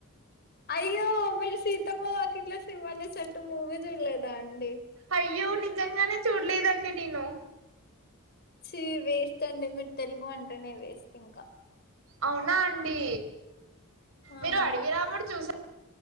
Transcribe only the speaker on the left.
అయ్యో మీరు సి సీతమ్మ వాకిట్లో సిరిమల్లె చెట్టు మూవీ చూడలేదా అండి
ఛి వేస్ట్ అండి మీరు తెలుగు అంటనే వేస్ట్ ఇంక
అవును